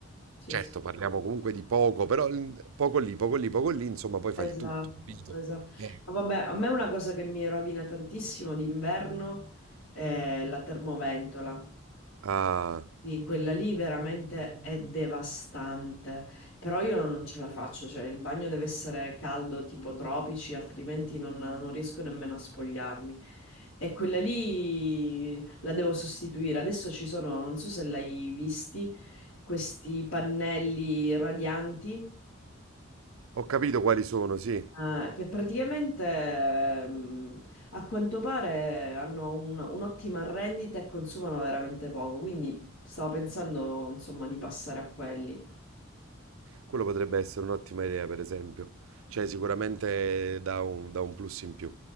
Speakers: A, on the left; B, on the right.
A: sì,
B: Certo,
A: sì. sì.
B: parliamo comunque di poco, però il- poco lì, poco lì, poco lì, insomma, poi fa
A: Esatto,
B: il tutto, capito?
A: esatto.
B: Eh.
A: No, vabbè, a me una cosa che mi rovina tantissimo d'inverno è la termoventola.
B: Ah,
A: Di Quella lì veramente è devastante, però io non ce la faccio, cioè il bagno deve essere caldo tipo tropici, altrimenti non, non riesco nemmeno a spogliarmi. E quella lì la devo sostituire. Adesso ci sono, non so se l'hai visti, questi pannelli radianti
B: ho capito quali sono, sì.
A: Eh, che praticamente ehm, a quanto pare hanno un- un'ottima rendita e consumano veramente poco, quindi stavo pensando insomma di passare a quelli.
B: Quello potrebbe essere un'ottima idea, per esempio. Cioè, sicuramente dà un, dà un plus in più.